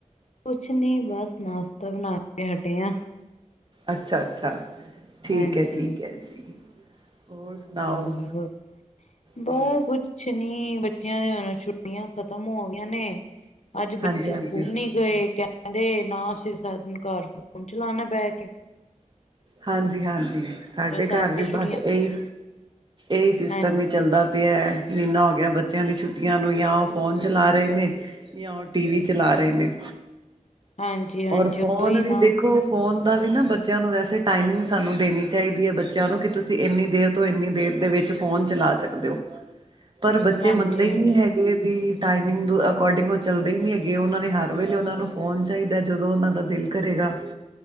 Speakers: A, on the left; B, on the right.
A: ਕੁਛ ਨੀ ਬਸ ਨਾਸ਼ਤਾ ਬਣਾ ਕੇ ਹਟਿਆ।
B: ਅੱਛਾ- ਅੱਛਾ ਠੀਕ
A: ਹਾਂਜੀ
B: ਹੈ, ਠੀਕ ਹੈ ਜੀ। ਹੋਰ
A: <unintelligible>
B: ਸੁਣਾਓ ਤੇ
A: ਬਸ ਕੁ ਕੁਛ ਨੀ ਬੱਚਿਆਂ ਦੀਆ ਹੁਣ ਛੁੱਟੀਆਂ ਖਤਮ ਹੋ ਗਈਆਂ ਨੇ ਅੱਜ
B: ਹਾਂਜੀ
A: ਬੱਚੇ
B: ਹਾਂਜੀ
A: ਸਕੂਲ ਨੀ ਗਏ ਕਹਿੰਦੇ, ਨਾ ਅਸੀਂ ਸਾ ਦਿਨ ਕਾਰ ਫੋਨ ਚਲਾਣਾ ਬਹਿ ਕੇ
B: ਹਾਂਜੀ-ਹਾਂਜੀ। ਸਾਡੇ
A: ਜੋ ਸਾਰੇ
B: ਕਾਰ ਵੀ
A: ਛੁੱਟੀਆਂ
B: ਬਸ ਇਹੀ,
A: ਨੇ।
B: ਇਹੀ ਸਿਸਟਮ
A: ਹਾਂਜੀ
B: ਹੀ ਚੱਲਦਾ ਪਿਆ, ਮਹੀਨਾ ਹੋ ਗਿਆ ਬੱਚਿਆਂ ਦੀ ਛੁੱਟੀਆਂ ਨੂੰ ਜਾਂ ਉਹ ਫੋਨ ਚਲਾ ਰਹੇ ਨੇ, ਤੇ ਯਾ ਉਹ ਟੀ-ਵੀ ਚਲਾ ਰਹੇ ਨੇ।
A: ਹਾਂਜੀ ਹਾਂਜੀ
B: ਔਰ ਫੋਨ
A: ਉਹੀ
B: ਵੀ
A: ਨਾ
B: ਦੇਖੋ ਫ਼ੋਨ ਦਾ ਵੀ ਨਾ ਬੱਚਿਆਂ ਨੂੰ ਵੈਸੇ ਟਾਈਮਿੰਗ ਸਾਨੂੰ ਦੇਣੀ ਚਾਹੀਦੀ ਐ, ਬੱਚਿਆਂ ਨੂੰ ਕਿ ਤੁਸੀਂ ਇੰਨੀ ਦੇਰ ਤੋਂ ਇੰਨੀ ਦੇਰ ਦੇ ਵਿੱਚ ਫੋਨ ਚਲਾ ਸਕਦੇ ਹੋ, ਪਰ ਬੱਚੇ
A: ਹਾਂਜੀ
B: ਮੰਨਦੇ
A: ਹਾਂਜੀ
B: ਹੀ ਨਹੀਂ ਹੈਗੇ ਵੀ ਟਾਈਮਿੰਗ ਦੁ ਅਕੋਰਡਿੰਗ ਉਹ ਚੱਲਦੇ ਹੀ ਨੀ ਹੈਗੇ ਉਹਨਾਂ ਨੇ ਹਰ ਵੇਲੇ ਉਹਨਾਂ ਨੂੰ ਫੋਨ ਚਾਹੀਦਾ ਜਦੋਂ ਉਹਨਾਂ ਦਾ ਦਿਲ ਕਰੇਗਾ,